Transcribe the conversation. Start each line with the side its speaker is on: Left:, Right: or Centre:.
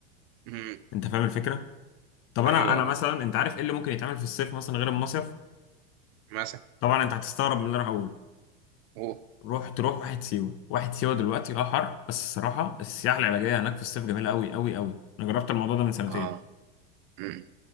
Right: امم
Left: انت فاهم الفكرة طب انا
Right: ايوه
Left: انا مثلا انت عارف ايه اللي ممكن يتعمل في الصيف مثلا غير المصيف
Right: مثلا
Left: طبعا انت هتستغرب من اللي انا هقوله
Right: اوه
Left: روح تروح واحد سيوة واحد سيوة دلوقتي اه حر بس الصراحة السياحة العلاجية هناك في الصيف جميلة قوي قوي قوي انا جربت الموضوع ده من سنتين
Right: اه امم